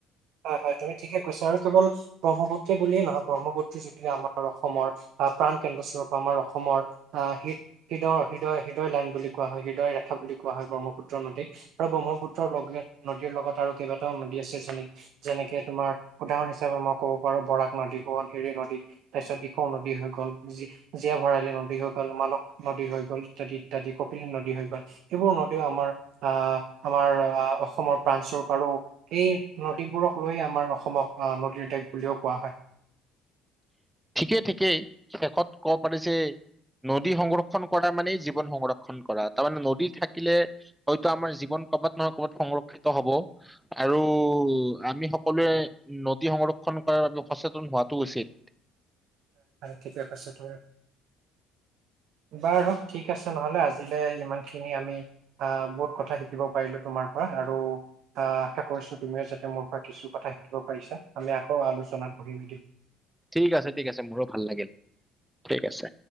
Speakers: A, on the right; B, in the centre.
A: হয় হয় তুমি ঠিকে কৈছা আৰু কেৱল ব্ৰহ্মপুত্ৰ বুলিয়ে নহয় ব্ৰহ্মপুত্ৰ্ৰী যদিও আমাৰ অসমৰ আহ প্ৰাণ কেন্দ্ৰস্বৰূপ আমাৰ অসমৰ আহ হৃ হৃদয় হৃদয় হৃদয় লাইন বুলি কোৱা হয় হৃদয় ৰেখা বুলি কোৱা হয় ব্ৰহ্মপুত্ৰৰ নদী আৰু ব্ৰহ্মপুত্ৰৰ লগে নদীৰ লগত আৰু কেইবাটাও নদী আছে যেনে যেনেকে তোমাৰ উদাহৰণ হিচাপে মই কব পাৰো বৰাক নদী সোৱণশিৰি নদী তাৰপিছত দিখৌ নদী হৈ গ'ল জীয়া ভৰালী নদী হৈ গ'ল মানস নদী হৈ গল ইত্যাদি ইত্যাদি কপিলি নদী হৈ গ'ল এইবোৰ নদীও আমাৰ আহ আমাৰ আহ অসমৰ প্ৰাণস্বৰূপ আৰু এই নদীবোৰক লৈ আমাৰ অসমক নদীৰ দেশ বুলিও কোৱা হয়।
B: ঠিকেই ঠিকেই শেষত কব পাৰি যে নদী সংৰক্ষন কৰা মানে জীৱন সংৰক্ষন কৰা তাৰমানে নদী থাকিলে হয়তো আমাৰ জীৱন কৰবাত নহয় কবাত নহয় কবাত সংৰক্ষিত হব আৰু আমি সকলোৱে নদী সংৰক্ষন কৰাৰ বাবে সচেতন হোৱাতটো উচিত।
A: ঠিকে কৈছেতো বাৰু ঠিক আছে নহলে আজিলৈ ইমান খিনি আমি আহ বহুত কথা শিকিব পাৰিলো তোমাৰ পৰা আৰু আহ আশা কৰিছো তুমিও যাতে মোৰ পৰা কিছু কথা শিকিব পাৰিছা আমি আকৌ আলোচনাত বহিম এদিন।
B: ঠিক আছে। ঠিক আছে। মোৰো ভাল লাগিল ঠিক আছে।